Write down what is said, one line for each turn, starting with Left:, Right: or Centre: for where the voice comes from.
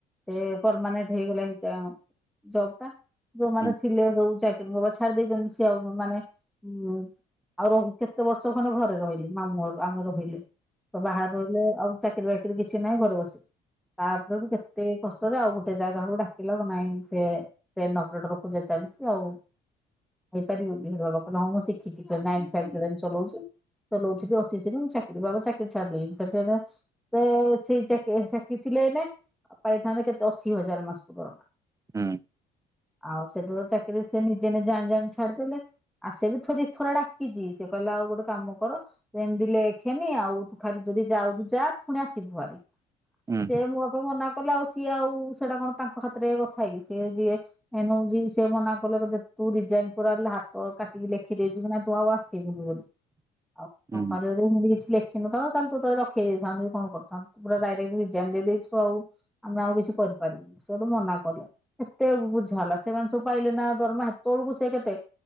Centre: ସେ ପରମାନେଣ୍ଟ ହେଇଗଲା ଏଇ ଜବ ଟା। ଯୋଉମାନେ
Right: ହୁଁ
Centre: ଥିଲେ ଯୋଉ ଚାକିରୀ ବଗ ଛାଡ଼ି ଦେଇଛନ୍ତି ସିଏ ଆଉ ମାନେ ଉ ଆଉ ର କେତେ ବର୍ଷ ଖଣ୍ଡେ ଘରେ ରହିଲେ ମାମୁଁରୁ ଆମେ ରହିଲେ ତ ବାହାରେ ରହିଲେ ଆଉ ଚା କୀରି ବାକିରି କିଛି ନାହିଁ ଘରେ ବସିବି ତାପରଠୁ କେତେ କଷ୍ ଷ୍ଟ ରେ ଆଉ ଗୋଟେ ଜାଗାକୁ ଡାକିଲା ନାଇଁ ସେ ଟେନ ଅପରେଟର ଖୋଜା ଚାଲିଛି ଆଉ ହେଇପାରିବ କି ତା ବାପା କହିଲେ ହଁ ମୁଁ ଶିଖିଛି <unintelligible> ସେଠି ବସିଛି ମୁଁ ଚାକିରି ବାବା ଚାକିରି ଛାଡ଼ିଦେଲି <unintelligible> ସେ ସେଇ ଚାକ ସେଠୀ ଥିଲେ ଏଇନେ ପାଇଥାନ୍ତେ କେତେ ଅଶି ହଜାର ମାସକୁ ଦରମା।
Right: ହୁଁ।
Centre: ଆଉ ସେଥି ତ ଚାକିରି ସେ ନିଜେ ନି ଜାଣି ଜାଣି ଛାଡିଦେଲେ ଆ ସେ ବି ଥୋଡ଼ି ଥରେ ଡାକିଛି ସେ କହିଲା ଆଉ ଗୋଟେ କାମ କର ଏମିତି ଲେଖେନି ଆଉ ତୁ ଖାଲି ଯଦି ଯାଉଛୁ ଯା ତୁ ପୁଣି ଆସିବୁ ଭାରି।
Right: ହୁଁ
Centre: ସିଏ
Right: ହୁଁ
Centre: ମୋ ପାଇଁ ମନା କଲେ ଆଉ ସିଏ ଆଉ ସେଟା କଣ ତାଙ୍କ ହାତରେ କଥା କି ସିଏ ଯିଏ ଏନୁ ସେ ମନା କଲେ ତୁ ରିଜାଇନ କର ହାତ କାଟିକି ଲେଖ। ଖି ଦେଇ ଜିବୁନାଇଁ ତୁ ଆଉ ଆସିବୁନି ବୋଲି ଆଉ
Right: ହୁଁ
Centre: କଣ କରିବ ହେ କିଛି ଲେଖିନଥାନ୍ତ ତାହାଲେ ତତେ ରଖେଇ ଦେଇଥାନ୍ତୁ କି କଣ କରିଥାନ୍ତୁ ତୁ ପୁରା ଡାଇରେକ୍ଟ ରିଜାଇନ ଦେଇଦେଇଛୁ ଆଉ। ଆମେ ଆଉ କିଛି କରିପାରିବୁନି ସେଠୁ ମନା କଲେ। କେତେ ବୁଝା ହେଲା ସେମାନେ ସବୁ ପାଇଲେ ନା ଦରମା ହେତେବେଳକୁ ସେ କେତେ